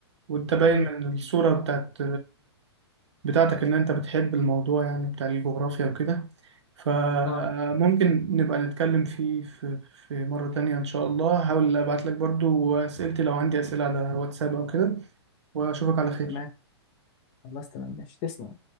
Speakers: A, on the right; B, on the left.
A: وانت باين
B: امم
A: من الصورة بتاعت بتاعتك ان انت بتحب الموضوع يعني بتاع الجغرافيا وكده فممكن
B: اه
A: نبقى نتكلم فيه في في مرة تانية ان شاء الله هحاول ابعت لك برضو اسئلتي لو عندي اسئلة على واتساب او كده واشوفك على خير
B: تمام خلاص تمام ماشي تسلم